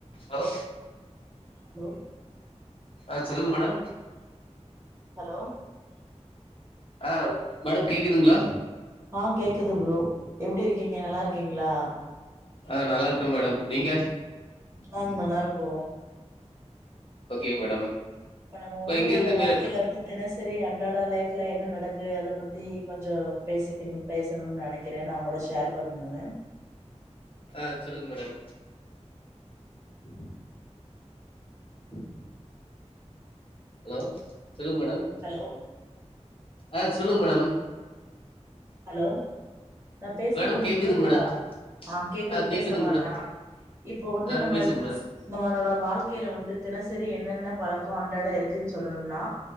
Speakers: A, on the left; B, on the right.
A: hello
B: hello
A: அ சொல்லுங் madam
B: hello
A: ஆஹ் மேடம் கேக்குதுங்களா
B: ஆ கேக்குது ப்ரோ எப்டி இருக்கீங்க நல்லா இருக் ருக்கீங்களா
A: ஆ நல்லாருக்கோம் மேடம் நீங்க
B: ஆங் நல்லாருக்கொம்
A: ஓகேங் மேடம்
B: இப்ப நம்ம வந்து
A: எங்க இருந்து
B: வாழ்க்கையில
A: பே
B: வந்து தினசரி அன்றாட லைப் வீட்ல என்ன நடக்கு அத பத்தி கொஞ்சம் பேசிக்கணும் பேஸ் னு நெனைக்கிறேன் நான கூட ஷேர் போன் பண்ணு
A: ஆஹ் சொல்லுங்க மேடம்
B: உம் கும்
A: ஹாலோ சொல்லுங்க மேடம்
B: ஹலோ
A: அஹ்ஹ் சொல்லுங்க மேடம்
B: ஹலோ நான் பேசுறது
A: மேடம்
B: உங்களுக்கு
A: கேக்குதுங்க
B: கேக்குதா
A: மேடம்
B: ஆஹ் கேக்குது
A: ஆ கேக்குதுங்க
B: பேசவானா
A: மேடம்
B: இப்போ வந்து
A: ஆ
B: நம்ம
A: பேசுங்க மேடம்
B: நம்மனோட வாழ்க்கையில வந்து தினசரி என் என்னென்ன பழக்கம் அன்றாட இருக்கு சொல்லணும்னா